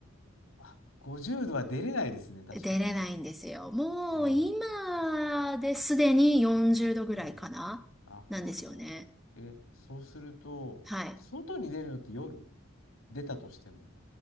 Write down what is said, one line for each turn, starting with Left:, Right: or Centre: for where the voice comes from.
Left: あ、50度は出れないですね、確かにね。
Centre: 出れないんですよ。もう、
Left: ねえ。
Centre: 今ですでに40度ぐらいかななんですよね。
Left: うん。あ、本当。え、そうすると、
Centre: はい。
Left: 外に出るのって夜出たとしても。